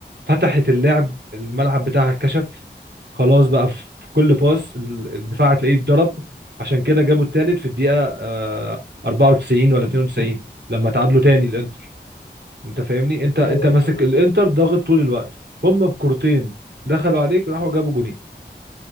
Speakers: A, on the right; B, on the left.
A: فتحت اللعب الملعب بتاعها اتكشف خلاص بقى في كل باس ال- الدفاع هتلاقيه اتضرب عشان كده جابوا التالت في الدقيقة آه، 94 ولا 92 لما تعادلوا تاني الانتر انت فاهمني انت
B: ايوه
A: انت ماسك
B: ايوه, أيوة.
A: الانتر ضاغط طول الوقت هم بكورتين دخلوا عليك راحوا جابوا جونين